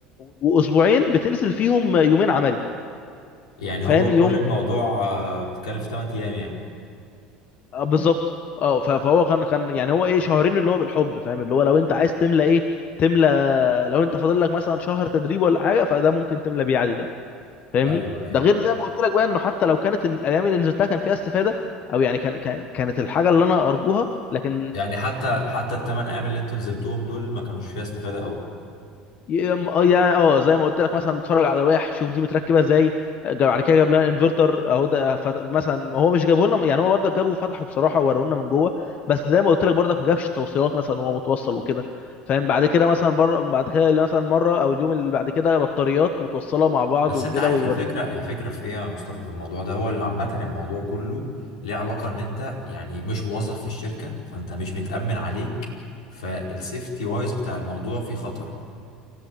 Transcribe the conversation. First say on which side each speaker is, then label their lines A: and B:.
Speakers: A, on the left; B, on the left.
A: واسبوعين بتنزل فيهم يومين عملي
B: يعني
A: فاهم
B: هو كل
A: يوم
B: الموضوع آه، بتتكلم في 8 ايام يعني
A: آه بالظبط اه ف- فهو كان كان يعني هو ايه شهرين اللي هو بالحب فاهم اللي هو لو انت عايز تملى ايه تملى لو انت فاضل لك مثلا شهر تدريب ولا حاجه فده ممكن تملى بيه عادي جدا فاهمني
B: ايوه ايوه
A: ده غير زي ما قلت لك بقى انه حتى لو كانت ال- الايام اللي نزلتها كان فيها استفاده او يعني كان كان- كانت الحاجه اللي انا ارجوها لكن
B: يعني حتى حتى الثمان ايام اللي انتوا نزلتوهم دول ما كانوش فيها استفاده قوي
A: يا م- اه يا- اه زي ما قلت لك مثلا اتفرج على لوائح شوف دي متركبه ازاي جاب- بعد كده جاب لنا انفرتر اهو ده فت... مثلا هو مش جابه لنا يعني هو برضك جابه وفتحه بصراحه ووروا لنا من جوه بس زي ما قلت لك برضك ما جابش التوصيلات مثلا وهو متوصل وكده فاهم بعد كده مثلا بره بعد كده مثلا مره او اليوم اللي بعد كده بطاريات متوصله مع بعض
B: بس
A: وكده
B: انت عارف
A: ويوريك
B: الفكرة الفكرة في ايه يا مصطفى في الموضوع ده هو اللي عامة الموضوع كله ليه علاقة ان انت يعني مش موظف في الشركة فانت مش متأمن عليك فالسيفتي وايز بتاع الموضوع فيه خطر